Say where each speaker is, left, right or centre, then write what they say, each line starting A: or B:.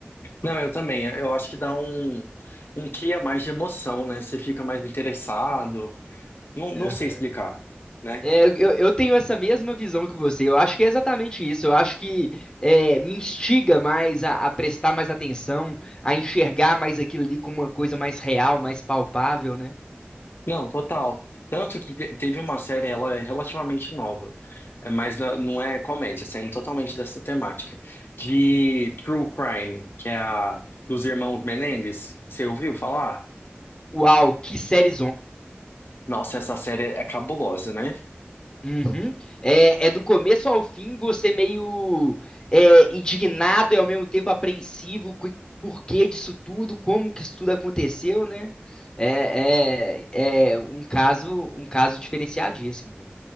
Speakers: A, on the left; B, on the left.
A: Não, eu também. Eu acho que dá um, um quê a mais de emoção, né? Você fica mais interessado. Não, não
B: Aham.
A: sei explicar, né?
B: É, eu, eu eu tenho essa mesma visão que você. Eu acho que é exatamente isso. Eu acho que é, me instiga mais a, a prestar mais atenção, a enxergar mais aquilo ali como uma coisa mais real, mais palpável, né?
A: Não, total. Tanto que te- teve uma série, ela é relativamente nova, é, mas na- não é comédia, saindo totalmente dessa temática, de True Crime, que é a dos irmãos Menendez. Você ouviu falar?
B: Uau, que série
A: Nossa, essa série é cabulosa, né?
B: Uhum. É, é do começo ao fim você meio é, indignado e ao mesmo tempo apreensivo com o porquê disso tudo, como que isso tudo aconteceu, né? É, é, é um caso, um caso diferenciadíssimo, velho.